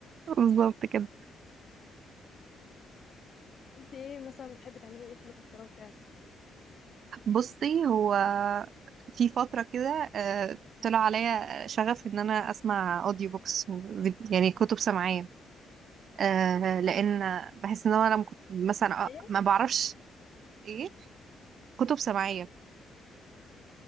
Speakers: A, on the right; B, on the left.
A: بالظبط كده
B: انت ايه مثلا بتحبي تعملي ايه في الوقت الفراغ بتاعك
A: بصي هو في فترة كده آه، طلع عليا شغف إن أنا أسمع أوديو بوكس يعني كتب سمعية آه، لأن بحس إن أنا لما كنت مثلا
B: ايه
A: آه، ما بعرفش إيه كتب سمعية